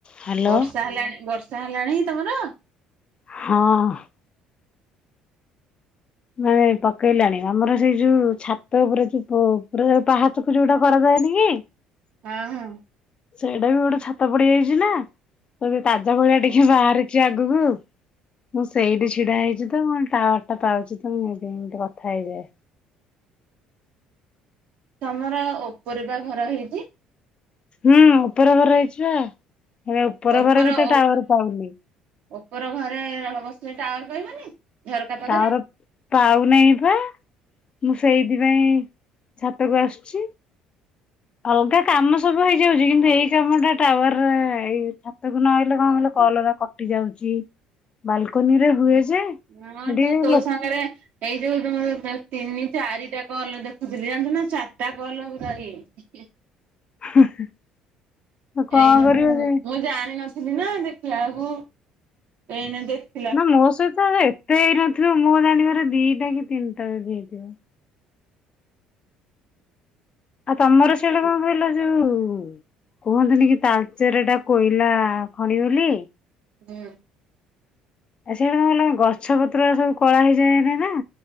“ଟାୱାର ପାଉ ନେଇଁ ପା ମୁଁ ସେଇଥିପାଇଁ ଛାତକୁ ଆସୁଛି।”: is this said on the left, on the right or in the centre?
Left